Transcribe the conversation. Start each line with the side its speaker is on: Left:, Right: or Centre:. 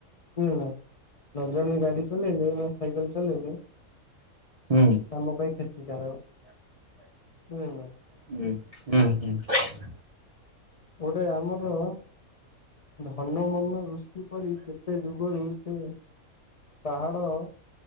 Left: ବୁଝିଲୁ ନା ନ ଜାଣ ଗାଡି ଚଲେଇଲେ ନା ସାଇକେଲ ଚଲେଇଲେ
Right: ହୁଁ
Left: ଆମ ପାଇଁ କ୍ଷତିକାରକ ବୁଝିଲୁ ନା
Right: ହୁଁ ହୁଁ ହୁଁ
Left: ଗୋଟେ ଆମର ଧନ ମନ ଋଷି କରି କେତେ ଯୁଗରୁ ସେ ପାହାଡ଼